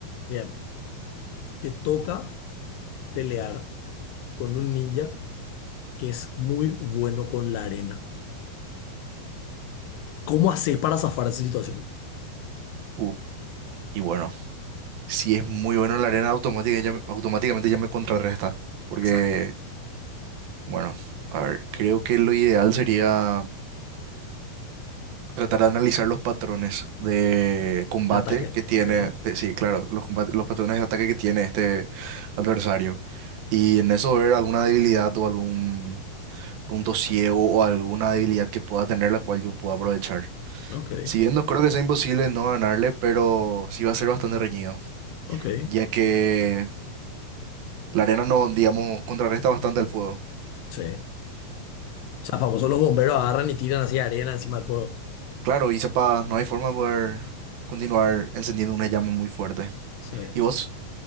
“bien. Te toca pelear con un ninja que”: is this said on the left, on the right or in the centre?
Left